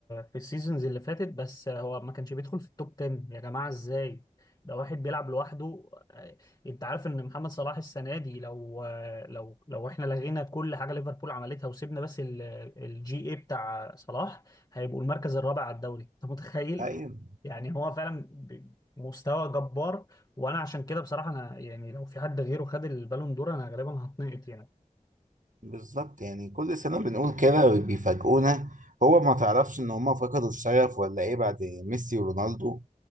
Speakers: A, on the left (about 25°); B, on the right (about 65°).
A: في السيزونز اللي فاتت بس هو ما كانش بيدخل في التوب 10 يا جماعه ازاي ده واحد بيلعب لوحده آه، انت عارف ان محمد صلاح السنه دي لو آه، لو لو احنا لغينا كل حاجه ليفربول عملتها وسيبنا بس الجي اي بتاع صلاح هيبقوا المركز الرابع على الدوري انت متخيل
B: ايوه
A: يعني هو فعلا ب- مستوى جبار وانا عشان كده بصراحه انا يعني لو في حد غيره خد البالون دور انا غالبا هتنقط يعني
B: بالظبط يعني كل سنة بنقول كده وبيفاجئونا هو ما تعرفش ان هما فقدوا الشغف ولا ايه بعد ميسي ورونالدو